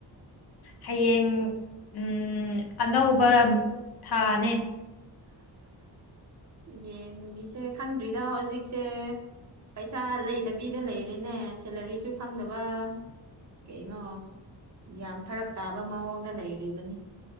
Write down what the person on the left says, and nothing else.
ꯍꯌꯦꯡ ꯎꯝ ꯑꯅꯧꯕ ꯊꯥꯅꯦ